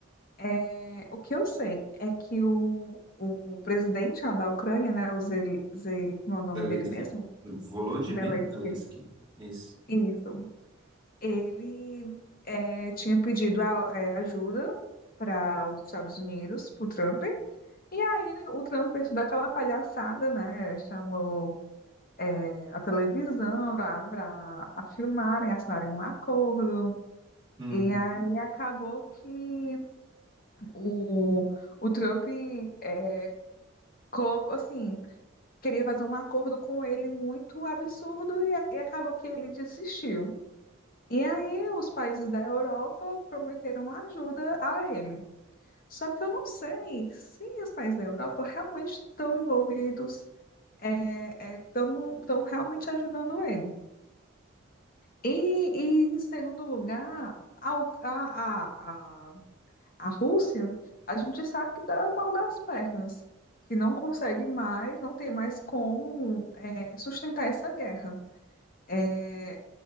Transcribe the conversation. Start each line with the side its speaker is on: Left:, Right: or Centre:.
Left: É, o que eu sei é que o, o presidente lá da Ucrânia, né, o Zel, Ze- como é o nome
Right: Zelensky.
Left: dele mesmo?
Right: Volodymyr
Left: Zelensky.
Right: Zelensky. Isso.
Left: Isso. Ele é, tinha pedido a- é, ajuda para os Estados Unidos, para o Trump. E aí ele- o Trump fez toda aquela palhaçada, né? Chamou é, a televisão para a filmarem, assinarem um acordo.
Right: Hum,
Left: E aí acabou que o, o Trump é, Coco, assim, queria fazer um acordo com ele muito absurdo e, a- e acabou que ele desistiu. E aí os países da Europa prometeram ajuda a ele. Só que eu não sei se os países da Europa realmente estão envolvidos, é, estão, estão realmente ajudando ele. E, e, em segundo lugar, a, U- a, a A Rússia, a gente sabe que dá mal das pernas, que não consegue mais, não tem mais como é, sustentar essa guerra. É,